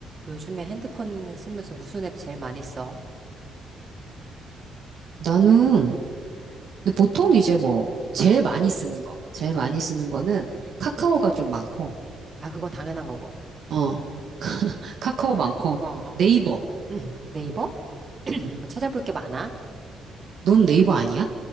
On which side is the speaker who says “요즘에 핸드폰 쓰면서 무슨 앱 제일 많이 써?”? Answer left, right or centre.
Right